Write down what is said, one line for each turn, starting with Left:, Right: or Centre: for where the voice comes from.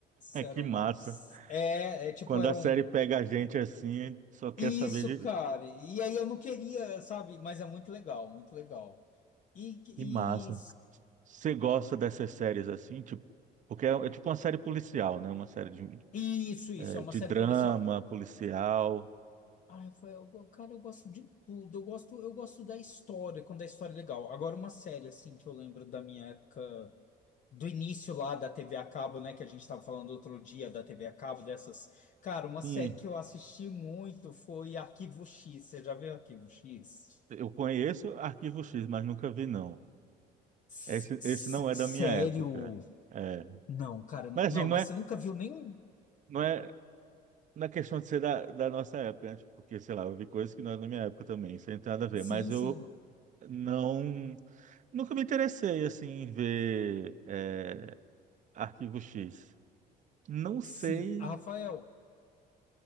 Left: Eram,
Right: Que massa.
Left: é, é, tipo,
Right: Quando
Left: eram,
Right: a série pega a gente assim, só quer
Left: isso,
Right: saber
Left: cara.
Right: de...
Left: E aí eu não queria, sabe, mas é muito legal, muito legal. E,
Right: Que massa.
Left: e
Right: Você gosta dessas séries assim, tipo, porque é, é tipo uma série policial, né? Uma série de,
Left: Isso, isso,
Right: é,
Left: é uma
Right: de
Left: série
Right: drama
Left: policial.
Right: policial.
Left: Ah, foi, eu cara, eu gosto de tudo. Eu gosto, eu gosto da história, quando a história é legal. Agora, uma série, assim, que eu lembro da minha época, do início lá da TV a cabo, né, que a gente estava falando outro dia da TV a cabo, dessas. Cara, uma
Right: Sim.
Left: série que eu assisti muito foi Arquivo X. Você já viu Arquivo X?
Right: Eu conheço Arquivo X, mas nunca vi, não.
Left: S-
Right: Esse,
Left: s-
Right: esse não é
Left: Sério?
Right: da minha época. É.
Left: Não, cara, n-
Right: Mas assim,
Left: não,
Right: não
Left: mas
Right: é,
Left: você nunca viu nem.
Right: não é na questão de ser da, da nossa época, né? Tipo, Porque, sei lá, eu vi coisas que não é da minha época também, isso aí não tem nada a ver.
Left: Sim,
Right: Mas eu
Left: sim,
Right: não, nunca me interessei assim em ver é, Arquivo X. Não sei,
Left: sim. Ah, Rafael,